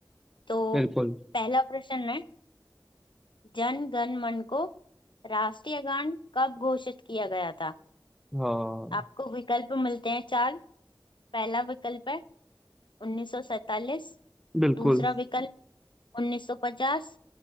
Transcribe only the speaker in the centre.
बिल्कुल
हाँ
बिल्कुल